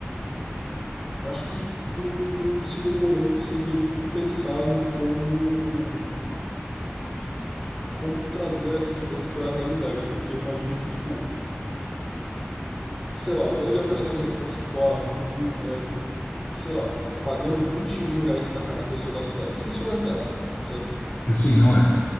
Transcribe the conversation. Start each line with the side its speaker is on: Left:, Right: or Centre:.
Centre: Acho que num, num segundo momento seria tipo pensar em como como trazer essas ideias para a realidade, porque eu imagino que tipo, sei lá, deve aparecer uma resposta tipo, ah, desin- é, sei lá, pagando 20 mil reais para cada pessoa da cidade. Tipo, isso não é viável, sabe?
Left: Assim, não é.